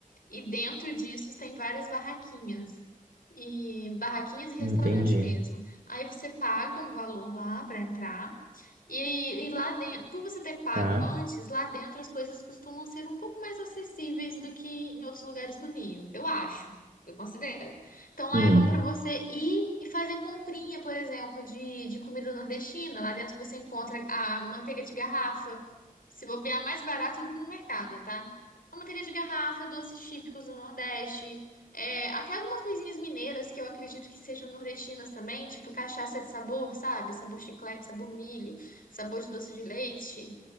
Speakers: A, on the left; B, on the right.
A: e dentro disso tem várias barraquinhas. E barraquinhas e restaurantes
B: Entendi.
A: mesmo. Aí você paga um valor lá para entrar. E, e lá dentro, por você ter pago
B: Tá?
A: antes, lá dentro as coisas costumam ser um pouco mais acessíveis do que em outros lugares do Rio. Eu acho. Eu considero. Então lá
B: Hum.
A: é bom para você ir e fazer comprinha, por exemplo, de, de comida nordestina. Lá dentro você encontra a manteiga de garrafa. Se bobear mais barato do que no mercado, tá? A manteiga de garrafa, doces típicos do Nordeste, é, até algumas coisinhas mineiras que eu acredito que sejam nordestinas também, tipo cachaça de sabor, sabe? Sabor chiclete, sabor milho, sabor de doce de leite.